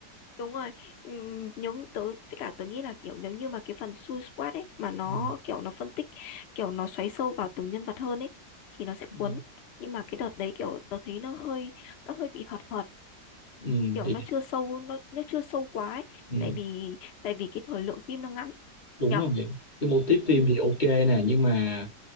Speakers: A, on the left (about 75°); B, on the left (about 30°).
A: đúng rồi ừ, nếu như tớ với cả tớ nghĩ là kiểu nếu như mà cái phần Suicide Squad ấy mà nó
B: ừ,
A: kiểu nó phân tích kiểu nó xoáy sâu vào từng nhân vật hơn ấy thì nó sẽ
B: ừ,
A: cuốn nhưng mà cái đợt đấy kiểu tớ thấy nó hơi nó hơi bị hợt hợt
B: ừ,
A: kiểu
B: thì,
A: nó chưa sâu nó nó chưa sâu quá ấy.
B: ừ,
A: tại vì tại vì cái thời lượng phim nó ngắn
B: đúng
A: nhở
B: rồi cái mô típ phim
A: ừ
B: thì ok nè nhưng mà